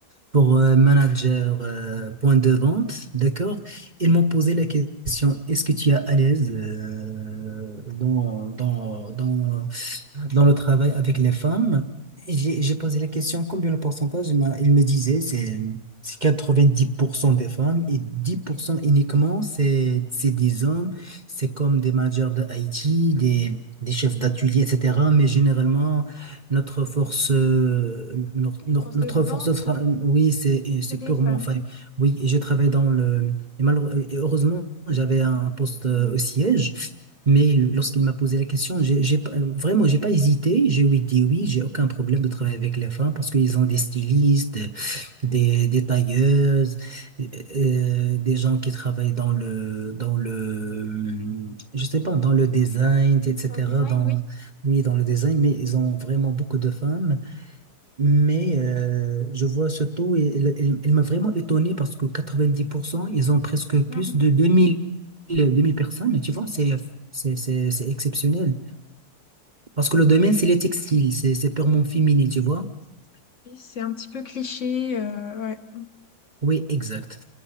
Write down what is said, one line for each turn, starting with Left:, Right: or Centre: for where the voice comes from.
Right: pour euh, manager euh, point de vente, d'accord? Ils m'ont posé la question, est-ce que tu es à l'aise euh, dans, dans, dans, dans le travail avec les femmes? J'ai j'ai posé la question, combien le pourcentage? Il m'a- ils me disait c'est c'est 90% des femmes et 10%
Left: Oui,
Right: uniquement, c'est c'est des hommes c'est comme des managers de IT, des, des chefs
Left: d'accord.
Right: d'atelier, etc. Mais généralement, notre force, euh, nor-
Left: Et les
Right: nor-
Left: forces
Right: notre,
Left: de vente,
Right: force de fra- oui, c'est et
Left: c'est
Right: c'est
Left: des
Right: purement
Left: femmes.
Right: enfin, oui, et je travaille
Left: Mm.
Right: dans le. Et malheureux- et heureusement, j'avais un poste euh, au siège. Mais il- lorsqu'il m'a posé la question, j'ai, j'ai, pas- euh, vraiment, j'ai pas hésité. J'ai oui, dit oui, j'ai aucun problème de travailler avec les femmes parce qu'ils ont des stylistes, des, des tailleuses euh, des gens qui travaillent dans le, dans le, je sais pas, dans le design,
Left: Dans,
Right: etc.
Left: dans le design,
Right: Dans,
Left: oui,
Right: oui, dans le design, mais ils ont vraiment beaucoup de femmes. Mais euh, je vois ce taux et il, il- il m'a vraiment étonné parce que 90%, ils ont presque
Left: énorme.
Right: plus de deux mille deux mille personnes. Tu vois, c'est, c'est, c'est, c'est exceptionnel. Parce que le domaine, c'est les textiles, c'est, c'est purement féminin, tu vois.
Left: C'est ça. Oui, c'est un petit peu cliché. euh, ouais.
Right: Oui, exact.